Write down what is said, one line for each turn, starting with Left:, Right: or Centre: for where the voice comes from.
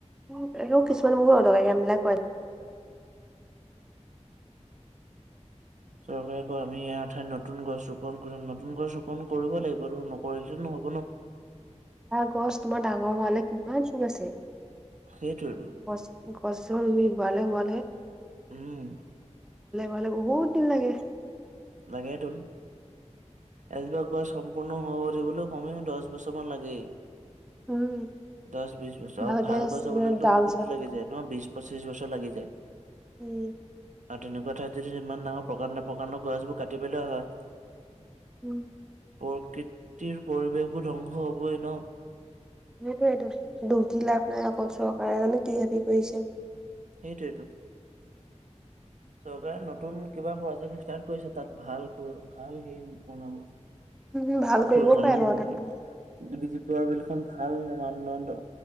Centre: উম, আৰু কিছুমান মোৰ অ লগেমবিলাক <unintelligible> কৰে।
Right: চৰকাৰে কয় আমি ইয়াৰ ঠাইত নতুন গছ ৰোপন কৰিম, নতুন গছ ৰোপন কৰিবয়েই লাগিব আৰু নকৰিলে নহ'ব ন'।
Centre: গছ তোমাৰ ডাঙৰ ম <unintelligible> লে কিমান চুুৰ আছে।
Right: সেইটোৱেতো
Centre: গছ গছল <unintelligible> ডাঙৰ হোৱলে,
Right: উম
Centre: হোৱালে বহুত দিন লাগে।
Right: লাগে টো। এজবা গছ সম্পূৰ্ণ হৈ উঠিবলে কমেও, দহ বছৰ মান লাগে।
Centre: উম
Right: দহ, বিশ বছৰ, আৰু
Centre: ভালকে
Right: ভাল গছ চাবলেতো
Centre: ডাল
Right: বহুত
Centre: চাল
Right: লাগি যায় ন' বিশ পঁচিশ বছৰ লাগি যায়।
Centre: উম',।
Right: আৰু তেনেকুৱা ঠাইত যদি ইমান ডাঙৰ প্ৰকাণ্ড, প্ৰকাণ্ডৰ গছবোৰ কাটিবলে হয়।
Centre: উম',
Right: প্ৰকৃতিৰ পৰিৱেশ বোৰ ধ্বংস হ'বই ন'।
Centre: সেইটোৱেটো, দুখ দি লাভ নাই, অকল চৰকাৰে জানো কি হেৰি কৰিছে।
Right: সেইটোৱেইটো। চৰকাৰে নতুন কিবা প্ৰজেক্ট ষ্টাৰ্ট কৰিছে তাত ভাল, ভাল হে বনাব।
Centre: উম ভাল কৰিবও
Right: কখখন
Centre: পাৰে
Right: <unintelligible>
Centre: বাৰু তাতকে
Right: বিজেপিৰ বিল খন ভাল মানদণ্ড